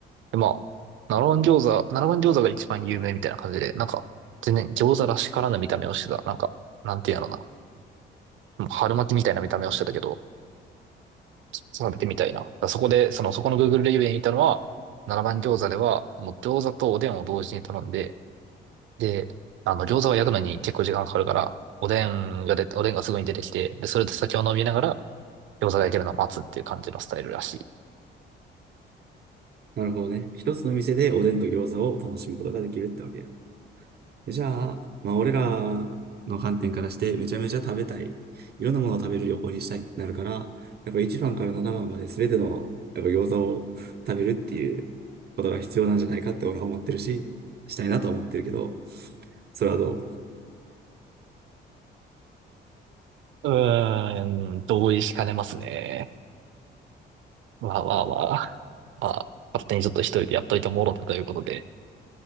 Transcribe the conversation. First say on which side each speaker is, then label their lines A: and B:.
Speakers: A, on the right; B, on the right.
A: で、まあ、七番餃子、七番餃子が一番有名みたいな感じで、なんか、全然餃子らしからぬ見た目をしてた。なんか、なんていうのかな。もう春巻きみたいな見た目をしてたけど、食べてみたいな。だからそこで、その、そこの Google レビューで見たのは、七番餃子では、もう餃子とおでんを同時に頼んで、で、あの、餃子は焼くのに結構時間がかかるから、おでんがで、おでんがすぐに出てきて、で、それで酒を飲みながら、餃子が焼けるのを待つっていう感じのスタイルらしい。
B: なるほどね。一つの店でおでんと餃子を楽しむことができるってわけや。じゃあ、まあ俺らの観点からしてめちゃめちゃ食べたい。いろんなものを食べる旅行にしたいってなるから、やっぱ1番から7番まで全てのやっぱ餃子を食べるっていうことが必要なんじゃないかって俺は思ってるし、したいなとは思ってるけど、それはどう
A: うーん、同意しかねますね。まあまあまあ、まあ、勝手にちょっと一人でやっといてもろたということで。